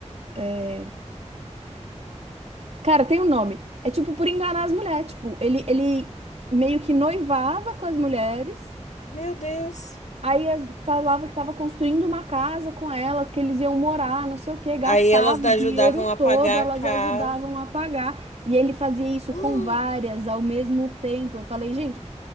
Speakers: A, on the right (about 60°); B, on the left (about 75°).
A: é. Cara, tem um nome. É tipo por enganar as mulheres. Tipo, ele, ele meio que noivava com as mulheres.
B: Meu Deus.
A: Aí as- falava que estava construindo uma casa com elas, que eles iam morar, não sei o quê, gastava
B: Aí elas
A: o
B: ajudavam
A: dinheiro todo,
B: a pagar
A: elas
B: a casa.
A: ajudavam a pagar. E ele fazia isso
B: Ah,
A: com várias ao mesmo tempo. Eu falei, gente,